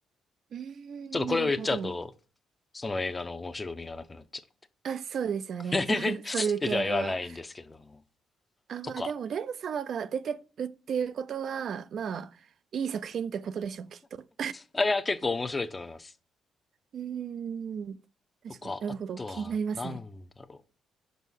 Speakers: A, on the right; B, on the left.
A: うーん、
B: ちょっとこれを言っちゃうと、
A: なるほど。
B: その映画の面白みがなくなっちゃ
A: あ、そうですよね。
B: うので。
A: そう、
B: <laughs>
A: そういう系は。
B: で、じゃあ言わないんですけれども。
A: あ、まあでも、
B: とか。
A: レン様が出てるっていうことは、まあ、いい作品ってことでしょう、きっと。
B: あ、いや、結構面白いと思います。
A: うーん、確かになるほど、
B: とか、あとは、
A: 気になりますね。
B: なんだろう。